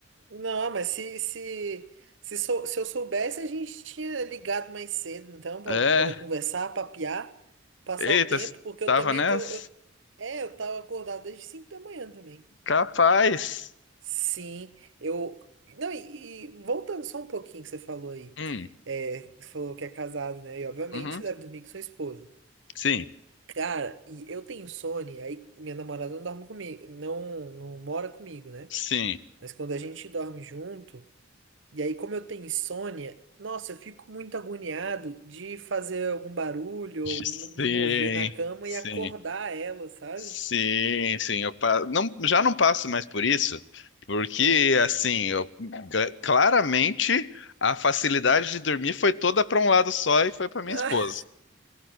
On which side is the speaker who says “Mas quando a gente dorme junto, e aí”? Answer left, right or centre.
Right